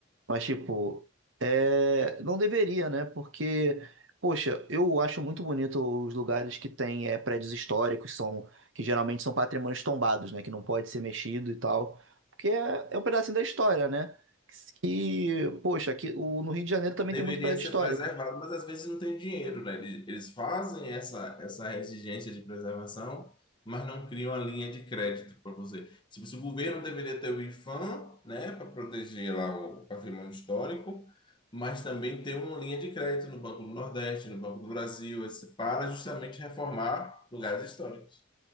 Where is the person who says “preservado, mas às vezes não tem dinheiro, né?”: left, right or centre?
Left